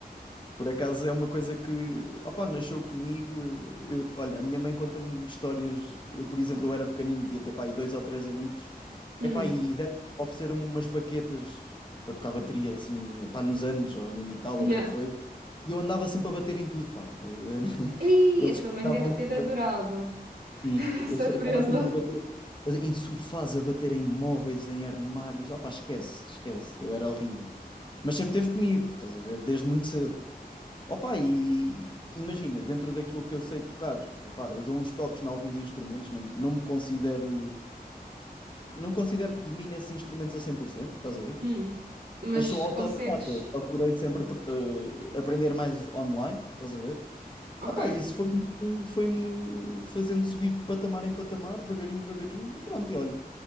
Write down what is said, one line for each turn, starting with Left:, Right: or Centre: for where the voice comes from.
Left: Por acaso é uma coisa que, opá, nasceu comigo. Eu, eu- olha, a minha mãe conta-me histórias. Eu, por exemplo, eu era pequenino, devia ter pá, aí dois ou três anitos.
Right: Hum,
Left: Epá, e e deram- ofereceram-me umas baquetas para tocar bateria, assim, pá, nos anos ou no Natal
Right: yeah.
Left: ou o que é que foi. E eu andava sempre a bater em tudo, pá. <laughs>
Right: Ei,
Left: Eles
Right: a tua mãe
Left: estavam.
Right: deve ter adorado
Left: Sim,
Right: <laughs> essa
Left: eu só-
Right: prenda.
Left: eu estava sempre a bater. Em sofás, a bater em móveis, em armários. Ah, pá, esquece, esquece. Eu era horrível. Mas sempre teve comigo, estás a ver? Desde muito cedo. Opa, e imagina, dentro daquilo que eu sei tocar, opa, eu dou uns toques em alguns instrumentos, não, não me considero, não considero que domine esses instrumentos a 100%, estás a ver?
Right: Hum, mas
Left: Mas sou autodidata,
Right: consegues.
Left: procurei sempre eh, aprender mais online, estás a ver?
Right: Ok,
Left: Epá, isso foi-me foi-me fazendo subir de patamar em patamar, devagarinho, devagarinho, e pronto, e olha.